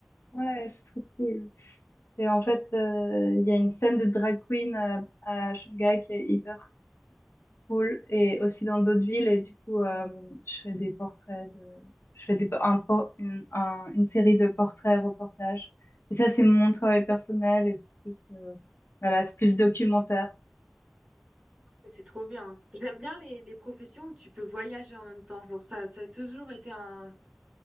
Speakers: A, on the left; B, on the right.
A: ouais, c'est trop cool. C'est en fait, euh, il y a une scène de drag queen à, à Shanghai qui est hyper cool et aussi dans d'autres villes. Et du coup, euh, je fais des portraits de, je fais des, un, por- une, un- une série de portraits, reportages. Et ça, c'est mon travail personnel et c'est plus, euh, voilà, c'est plus documentaire.
B: C'est trop bien. J'aime bien les, les professions où tu peux voyager en même temps. Genre, ça, ça a toujours été un,